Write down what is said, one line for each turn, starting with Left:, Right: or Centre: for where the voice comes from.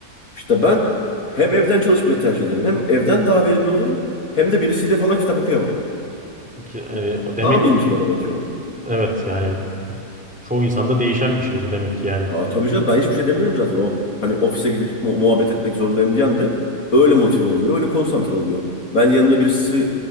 Left: İşte ben hem evden çalışmayı tercih ederim. Hem evden daha verimli olurum. Hem de birisiyle falan kitap okuyamam.
Centre: Ki, hani demek
Left: Tam intro
Centre: ki
Left: olarak yani.
Centre: evet yani çoğu insanda değişen bir şey bu demek ki yani.
Left: Aa, tabii canım ben hiçbir şey demiyorum zaten. O hani ofise gidip mu- muhabbet etmek zorundayım diyen de öyle motive oluyor. Öyle konsantre oluyor. Ben yanımda birisi